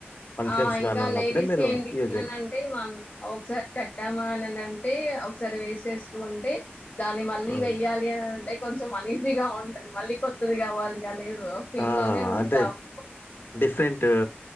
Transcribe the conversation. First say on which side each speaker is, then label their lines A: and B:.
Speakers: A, on the left (about 60°); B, on the left (about 40°).
A: ఫంక్షన్స్
B: ఆ ఇంకా
A: గానీ ఉన్నప్పుడే
B: లేడీస్
A: మీరు
B: క ఏంటింటే
A: యూజింగ్
B: మ ఒకసారి కట్టామా అని ఉంటే ఒకసారి వేసేసుకుంటే దాన్ని మళ్ళీ
A: ఉమ్.
B: వెయ్యాలి అని అంటే కొంచెం అనీజీగా ఉంటంది మళ్ళీ కొత్తది కావాలి అని ఫీల్
A: ఆ
B: లోనే ఉంటాము
A: అంటే డిఫరెంట్